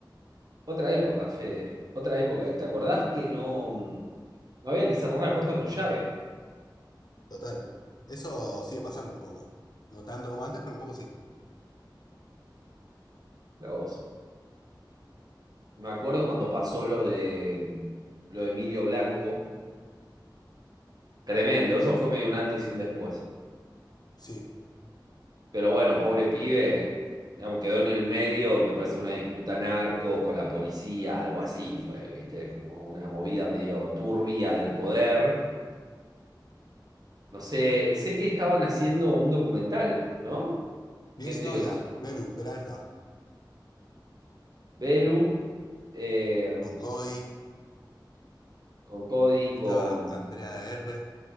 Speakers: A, on the right; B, on the left.
A: Otra época, Fede. Otra época. ¿Y te acordás que no, mm, no había que cerrar la puerta con llave?
B: Total. Eso sigue pasando un poco. No tanto como antes, pero un poco sí.
A: La voz. Me acuerdo cuando pasó lo de lo de Emilio Blanco. Tremendo, eso fue medio un antes y un después.
B: Sí.
A: Pero bueno, pobre pibe, digamos, quedó en el medio, me parece una disputa narco con la policía, algo así fue, ¿viste? Como una movida medio turbia del poder. No sé, sé que estaban haciendo un documental, ¿no? Gente
B: Mi exnovia,
A: que nos...
B: Belu Peralta,
A: Belu, eh,
B: con Cody,
A: con Cody,
B: estaba
A: con...
B: Andrea de R.